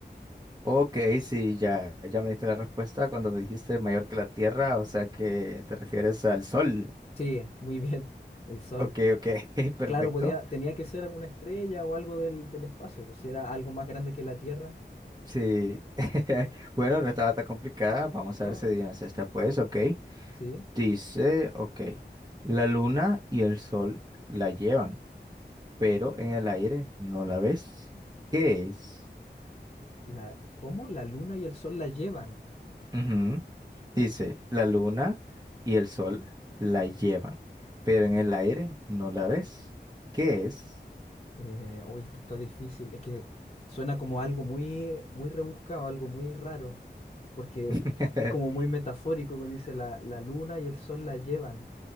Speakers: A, on the right; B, on the left.
A: Ok, sí, ya, ya me diste la respuesta cuando me dijiste mayor que la Tierra, o sea que te refieres al Sol.
B: Sí, muy bien. El Sol.
A: Ok, ok, <laughs> perfecto.
B: Claro, podía, tenía que ser alguna estrella o algo del, del espacio, pues si era algo más grande que la Tierra,
A: Sí, <laughs> bueno, no estaba tan complicada. Vamos
B: ¿no?
A: a ver si adivinas esta, pues, ok.
B: Sí.
A: Dice, ok, la luna y el sol la llevan, pero en el aire no la ves. ¿Qué es?
B: La, ¿cómo? La Luna y el Sol la llevan.
A: Ujú. Dice, la luna y el sol la llevan, pero en el aire no la ves. ¿Qué es?
B: Eh, uy, esto está difícil. Es que suena como algo muy, muy rebuscado, algo muy raro, porque
A: <laughs>
B: es como muy metafórico que dice la, la luna y el sol la llevan.